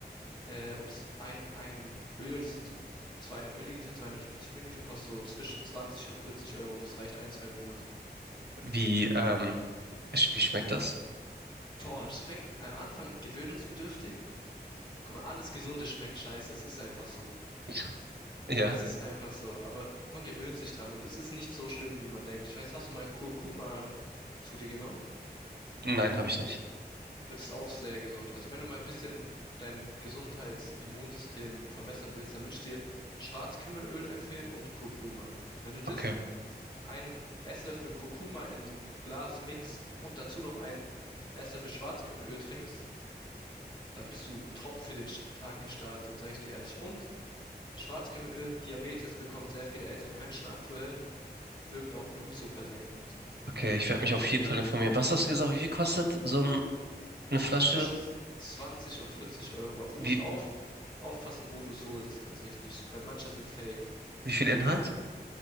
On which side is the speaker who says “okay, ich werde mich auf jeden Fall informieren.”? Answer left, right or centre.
Right